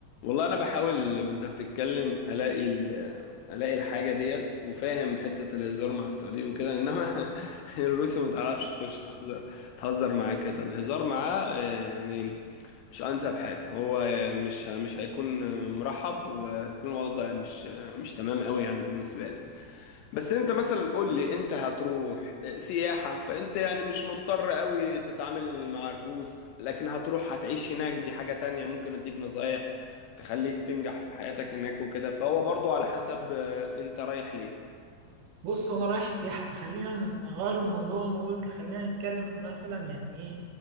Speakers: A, on the left; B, on the right.
A: والله انا بحاول وانت بتتكلم الاقي ال- الاقي الحاجة ديت وفاهم حتة الهزار مع السعوديين وكده انما <laughs> الروس ما تعرفش تخش تهزر تهزر معاه كده الهزار معاه آه، يعني مش انسب حاجه هو مش مش هيكون مرحب وهيكون الوضع مش مش تمام قوي يعني بالنسبه لك بس انت مثلا قول لي انت هتروح سياحه فانت يعني مش مضطر قوي تتعامل مع الروس لكن هتروح هتعيش هناك دي حاجه تانية ممكن اديك نصايح تخليك تنجح في حياتك هناك وكده فهو برضو على حسب آه، انت رايح ليه
B: بص انا رايح سياحة فخلينا نغير الموضوع ونقول خلينا نتكلم مثلا يعني ايه